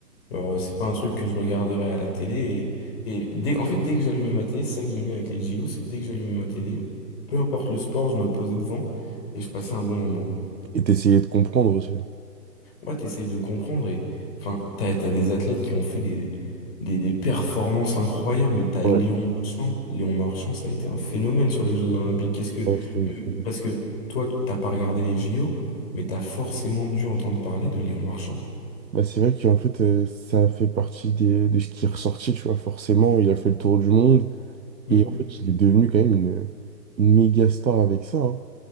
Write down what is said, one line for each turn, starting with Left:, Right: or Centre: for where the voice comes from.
Left: Genre, c'est pas un truc que je regarderais à la télé. Et, et dès, en fait, dès que j'allumais ma télé, c'est ça que j'aime bien avec les JO, c'est dès que j'allumais ma télé, peu importe le sport, je me posais devant et je passais un bon moment.
Right: Et d'essayer de comprendre aussi.
Left: Ouais, t'essayes de comprendre et enfin, t'as, t'as des athlètes qui ont fait des, des, des performances incroyables. T'as
Right: Ouais,
Left: Léon Marchand. Léon Marchand, ça a été un phénomène sur les Jeux Olympiques. Qu'est-ce que.
Right: ouais, c'était une folie.
Left: Parce que toi, t'as pas regardé les JO, mais t'as forcément dû entendre parler de Léon Marchand.
Right: Bah, c'est vrai qu'en fait, euh, ça fait partie des, de ce qui est ressorti, tu vois. Forcément, il a fait le tour du monde
Left: Hmm,
Right: et en fait, il est devenu quand même une, une méga star avec ça. hein.